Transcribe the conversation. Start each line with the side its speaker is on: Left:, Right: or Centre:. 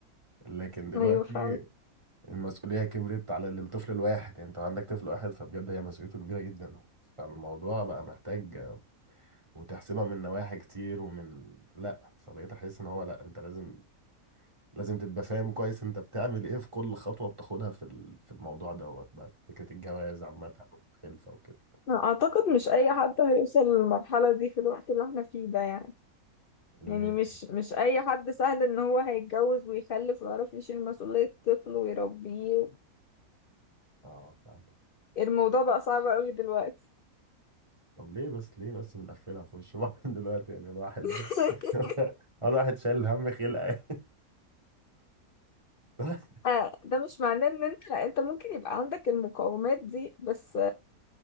Right: لكن دلوقتي
Left: ايوه فعلا
Right: المسؤولية كبرت على الطفل الواحد يعني انت عندك طفل واحد فبجد هي مسؤوليته كبيرة جدا فالموضوع بقى محتاج آه، وتحسبها من نواحي كتير ومن لا فبقيت احس ان هو لا انت لازم لازم تبقى فاهم كويس انت بتعمل ايه في كل خطوة بتاخدها في ال- في الموضوع دوت بقى في فكرة الجواز عامة والخلفة وكده
Left: أعتقد مش أي حد هيوصل للمرحلة دي في الوقت اللي احنا فيه ده يعني
Right: اللي
Left: يعني
Right: هي إيه؟
Left: مش مش أي حد سهل إن هو هيتجوز ويخلف ويعرف يشيل مسؤولية طفل ويربيه
Right: اه فاهم
Left: الموضوع بقى صعب أوي دلوقتي
Right: طب ليه بس ليه بس بنقفلها في وش بعض <laughs> دلوقتي يعني الواحد
Left: <laughs>
Right: <laughs> اول واحد شايل هم خلقه <laughs>
Left: آه، ده مش معناه إن أنت أنت ممكن يبقى عندك المقومات دي بس